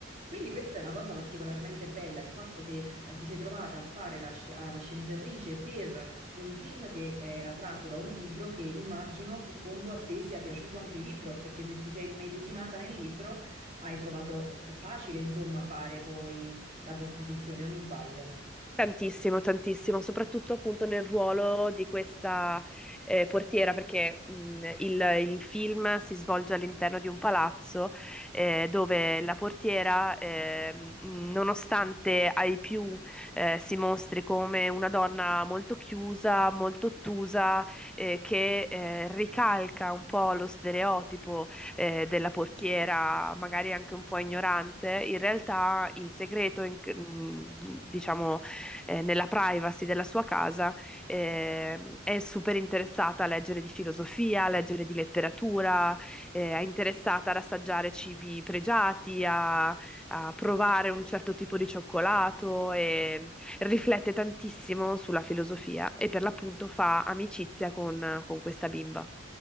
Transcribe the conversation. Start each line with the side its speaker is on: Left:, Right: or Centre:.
Right: Quindi questa è una cosa particolarmente bella, il fatto che eh, ti sei trovata a fare la, sci- ah, la sceneggiatrice per un film che era tratto da un libro che immagino, suppongo, a te sia piaciuto anche il libro, perché se ti sei immedesimata nel libro hai trovato s- facile, insomma, fare poi la trasposizione, o mi sbaglio?
Centre: Tantissimo, tantissimo, soprattutto appunto nel ruolo di questa eh, portiera, perché mh, il, il film si svolge all'interno di un palazzo eh, dove la portiera, ehm, nonostante ai più eh, si mostri come una donna molto chiusa, molto ottusa, eh, che eh, ricalca un po' lo stereotipo eh, della portiera, magari anche un po' ignorante, in realtà in segreto, in- mh, diciamo eh, nella privacy della sua casa, eh, è super interessata a leggere di filosofia, a leggere di letteratura, eh, è interessata ad assaggiare cibi pregiati, a, a provare un certo tipo di cioccolato e riflette tantissimo sulla filosofia e per l'appunto fa amicizia con con questa bimba.